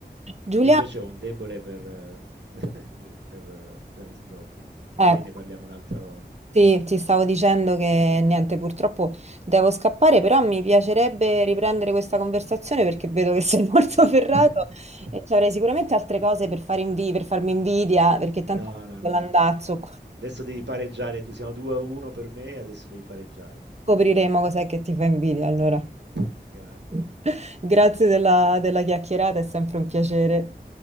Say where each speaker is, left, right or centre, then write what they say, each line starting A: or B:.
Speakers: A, on the right (about 40°); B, on the right (about 85°).
A: Giuliana,
B: Io invece ho un debole per, eh, <laughs> per eh, Janis Joplin, ma magari
A: ecco.
B: ne parliamo un'altra volta.
A: Sì, ti stavo dicendo che niente, purtroppo devo scappare, però mi piacerebbe riprendere questa conversazione perché vedo che sei <laughs> molto ferrato
B: <laughs>
A: e ci avrei sicuramente altre cose per fare invi- per farmi invidia, perché tanto
B: No, no,
A: l'andazzo
B: no, no.
A: qua.
B: Adesso devi pareggiare, tu siamo 2 a 1 per me, adesso devi pareggiare.
A: scopriremo cos'è che ti fa invidia allora.
B: <laughs> Grazie
A: <laughs> Grazie della della chiacchierata, è sempre un piacere.